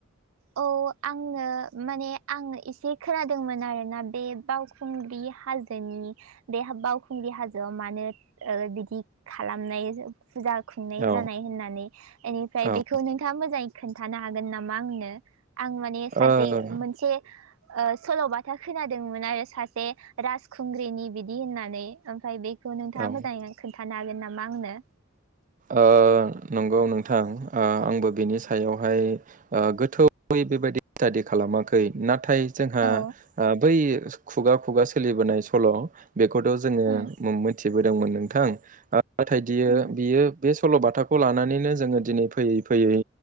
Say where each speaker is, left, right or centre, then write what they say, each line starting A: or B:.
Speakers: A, on the right; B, on the right.
A: औ आंनो माने आं एसे खोनादोंमोन आरोना बे बावखौ खुंग्रि हाजोनि बे बावखुंग्रि हाजोआव मानो बिदि खालामनाय फुजा खुंनाय
B: औ
A: जानाय होननानै एनिफ्राय
B: औ
A: बेखौ नोंथाङा मोजाङै खोन्थानो हागोन नामा आंनो आं ने सासे
B: ओ
A: मोनसे ओ सल'बाथा खोनादोंमोन आरो ओ सासे राजखुंग्रिनि बिदि होननानै ओमफ्राय बे बेखौ नोंथाङा
B: औ
A: मोजाङै खोनन्थानो हागोन नामा आंनो
B: ओ नंगौ नोंथां ओ आंबो बिनि सायावहाय ओ गोथौयै बेबायदि स्टादि खालामाखै नाथाय जोंहा
A: औ
B: बै खुगा खुगा सोलिबोनाय सल' बेखौथ' जोङो
A: उम
B: मिथिबोदोंमोन नोंथां नाथाय बियो
A: उम
B: बियो बे सल'बाथाखौ लानानैनो जोङो दिनै फैयै फैयै